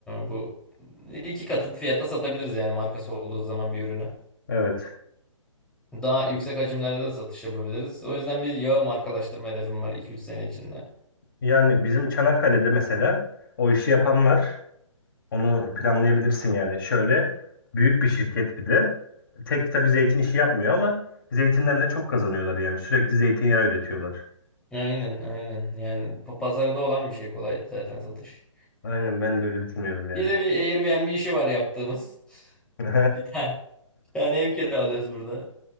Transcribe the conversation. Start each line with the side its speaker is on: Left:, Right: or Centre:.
Centre: bu iki katı fiyata satabiliriz yani markası olduğu zaman bir ürünü.
Left: Evet.
Centre: Daha yüksek hacimlerde de satış yapabiliriz. O yüzden bir yağı markalaştırma hedefim var iki üç sene içinde.
Left: Yani bizim Çanakkale'de mesela o işi yapanlar onu planlayabilirsin yani. Şöyle büyük bir şirket bir de. Tek tabii zeytin işi yapmıyor ama zeytinden de çok kazanıyorlar yani. Sürekli zeytinyağı üretiyorlar.
Centre: Aynen aynen yani pa- pazarda olan bir şey kolay zaten satış.
Left: Aynen ben de öyle düşünüyorum yani.
Centre: Bir de bir Airbnb işi var yaptığımız. <laughs>
Left: <laughs> He,
Centre: Bir tane, bir tane ev kiralıyoruz burada.